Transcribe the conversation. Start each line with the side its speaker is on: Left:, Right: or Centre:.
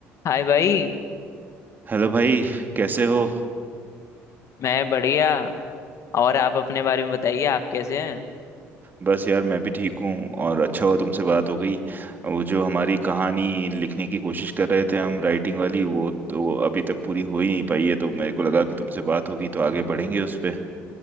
Left: हाय भाई
Right: Hello भाई कैसे हो
Left: मैं बढ़िया और आप अपने बारे में बताइए आप कैसे हैं
Right: बस यार मैं भी ठीक हूँ और अच्छा हुआ तुमसे बात हो गई वो जो हमारी कहानी लिखने की कोशिश कर रहे थे हम राइटिंग वाली वो तो अभी तक पूरी हो ही नहीं पाई है तो मेरे को लगा कि तुमसे बात होगी तो आगे बढ़ेंगे उस पे